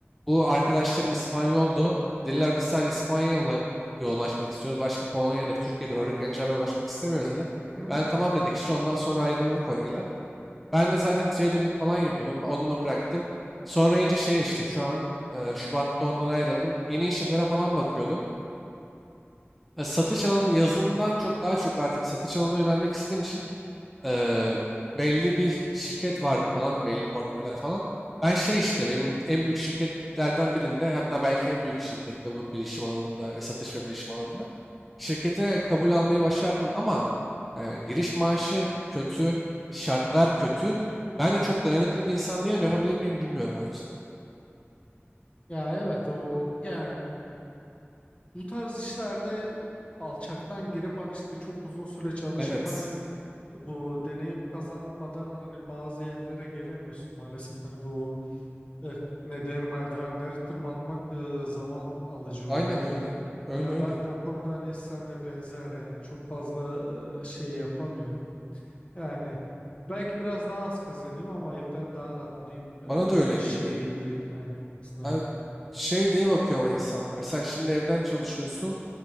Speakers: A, in the centre; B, on the left.
A: bu arkadaşlarım İspanyoldu. Dediler biz sadece İspanya'ya yola- yoğunlaşmak istiyoruz. Başka Polonya'dır, Türkiye'dir oradaki gençlerle uğraşmak istemiyoruz dediler.
B: Hı hı.
A: Ben tamam dedik işte ondan sonra ayrıldık orayla. Ben de zaten traderlık falan yapıyordum. Onu da bıraktım. Sonra iyice şey işte şu an e, Şubat'ta ondan ayrıldım. Yeni işlere falan bakıyordum. E, satış alanı yazılımdan çok daha çok artık satış alanına yönelmek istediğim için Eee, belli bir şirket vardı falan belli portföyler falan. Ben şey işte benim en büyük şirketlerden birinde hatta belki en büyük şirkette bu bilişim alanında ve satış ve bilişim alanında şirkete kabul almayı başardım ama e, giriş maaşın kötü, şartlar kötü. Ben de çok dayanıklı bir insan değilim. Yapabilir miyim bilmiyorum o yüzden.
B: Ya evet o yani bu tarz işlerde alçaktan girip hani işte çok uzun süre çalışıp
A: Evet.
B: hani bu deneyim kazanmadan hani bazı yerlere gelemiyorsun maalesef hani bu e, ne merdivenleri tırmanmak e, zaman alıcı
A: Aynen
B: oluyor
A: öyle.
B: hani.
A: Öyle
B: Yani
A: öyle.
B: ben de o konuda hani senle benzer yani çok fazla e, şey yapamıyorum. Yani belki biraz daha az kazanayım ama evden daha rahat olayım
A: Bana da öyle
B: e,
A: geliyor.
B: şeyinde yani kısmındayım.
A: Abi şey diye bakıyor ama insanlar. Sen şimdi evden çalışıyorsun.